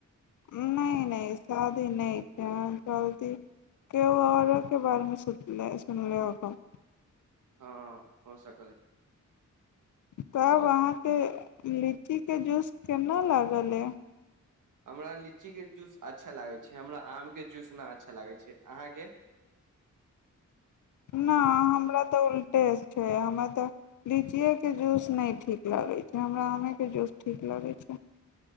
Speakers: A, on the left (about 70°); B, on the right (about 80°).
A: नहि नहि शादी नहि छै जल्दी केओ अओरो के बारेमे सुनले होखब
B: हँ हो सकल
A: तब
B: और
A: अहाँकेे लीचीके जूस केना लागल यै
B: हमरा लीचीके जूस अच्छा लागै छै हमरा आमके जूस ना अच्छा लागै छै अहाँके
A: नहि हमरा तऽ उल्टे छै हमरा तऽ लीचिएके जूस नहि ठीक लगै छै हमरा आमेके जूस ठीक लगै छै